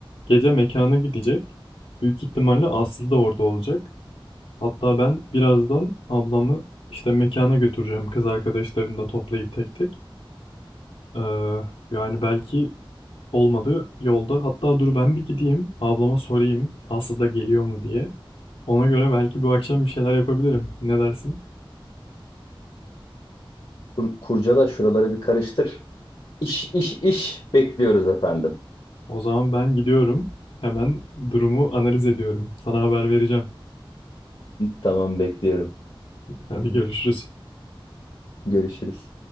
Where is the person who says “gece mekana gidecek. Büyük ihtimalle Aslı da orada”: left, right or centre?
Left